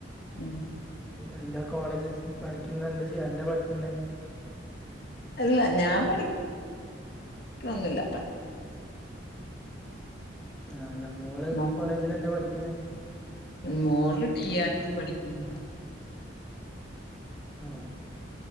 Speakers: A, on the left; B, in the centre.
A: ഉം
B: എന്താ കോളേജ് പഠിക്കുന്ന എന്താ എന്താ പഠിക്കുന്ന
A: അല്ല ഞാൻ പഠഠിക്കണൊന്നില്ല
B: ആഹല്ല മോള്
A: മ
B: കോളേജിൽ എന്താ പഠിക്കുന്ന
A: മോള് ടി ആർ ടി പഠിക്കുന്നു
B: ആഹ്